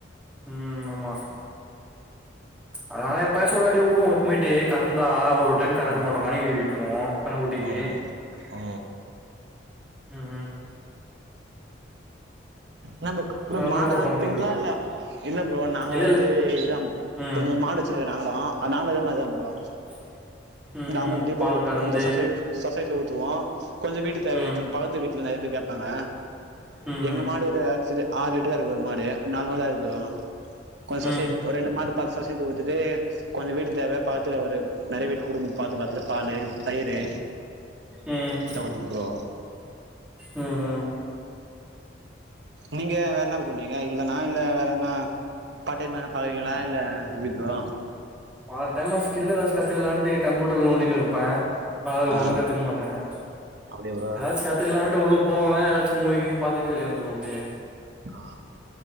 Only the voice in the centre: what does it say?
ம் ஆமா அதனால எப்பயாச்சும் ஒரு வாட்டி உட்டுவோம் போய்ட்டு கடந்தா ஒரு டைம் கறக்க
மாட்டோம் கன்னுகறி விட்ருவோ கன்னக்குட்டிக்கு
ம்ம்
வேற என்ன
ப்ரோ
பண்றீங்க
இல்ல
இல்ல
ம்
<inaudible> ம்
பால் கறந்து
ம்
ம்
ம்
ம்
ம்
ம் ம்
பார்ட் டைமா ஸ்கில் ஏதாச்சு கத்துக்கலாண்ட்டு கம்ப்யூட்டர்ல நோண்டினுருப்பேன் அதுல
ஒன்னு கத்துக்க மாட்டேன்
ஏதாச்சு கத் கத்துக்கலான்ட்டு உள்ள போவேன் எதாச்சும் மூவி கீவி பாத்துட்டு வெளிய வந்துருவ அப்டியே